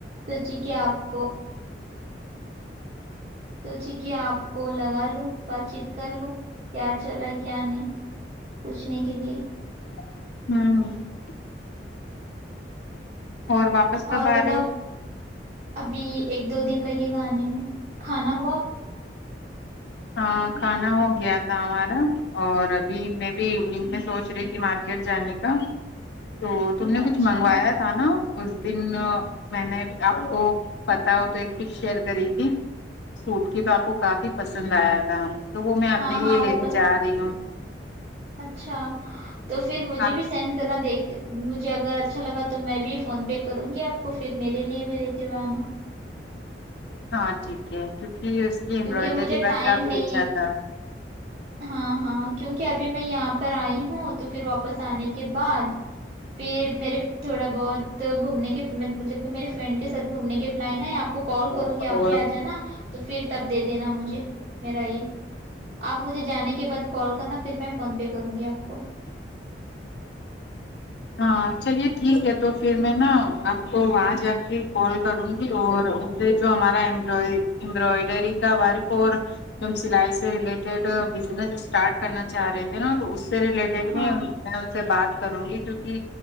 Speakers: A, on the right; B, on the left.
A: سوچی کہ آپ کو سوچی کہ آپ کو لگا لو بات چیت کر لوں کیا چل رہا ہے کیا نہیں پوچھنے کے لیے
B: <unintelligible> اور واپس کا
A: اور
B: بار
A: بتاؤ ابھی ایک دو دن لگے گا آنے میں کھانا ہوا آپ کو
B: ہاں کھانا ہو گیا تھا ہمارا اور ابھی میں بھی ایوننگ میں سوچ رہی تھی مارکیٹ جانے کا تو تم نے
A: اچھا
B: کچھ منگوایا تھا نا اس دن میں نے آپ کو پتا وہ تو ایک کز شیئر کری تھی سوٹ کی تو آپ کو کافی پسند پسند آیا تھا تو وہ میں
A: ہاں
B: اپنے
A: ہاں
B: لیے
A: وہ
B: لینے
A: پس
B: جا رہی ہوں
A: اچھا تو پھر مجھے
B: آپ
A: بھی سینڈ کرنا دیکھ مجھے اگر اچھا لگا تو میں بھی فون پے کروں گی آپ کو پھر میرے لیے بھی لیتی ہوئے آنا
B: ہاں ٹھیک ہے کیک جی اس کی امبرائڈری
A: کیونکہ مجھے
B: ورک
A: ٹائم
B: کافی
A: نہیں
B: اچھا
A: ہے
B: تھا
A: ہاں ہاں کیونکہ ابھی میں یہاں پر آئی ہوں تو پھر واپس آنے کے بعد پھر میرے تھوڑا بہت گھومنے کے میں مطلب کہ میرے فرینڈ کے ساتھ گھومنے کے پلان ہے آپ کو کال کروں
B: تھا
A: گی آپ بھی آ جانا تو پھر دے دینا مجھے میرا یہ آپ مجھے جانے کے بعد کال کرنا پھر میں فون پے کروں گی آپ کو
B: ہاں چلیے ٹھیک ہے تو پھر میں نا آپ کو وہاں جا کے کال کروں گی اور ان سے جو ہمارا امبرائڈری کا ورک اور جو ہم سلائی سے ریلیٹڈ بزنس اسٹارٹ کرنا چاہ رہے تھے نا تو اس سے ریلیٹڈ
A: ہاں
B: بھی میں ان سے بات کروں گی کیک کہ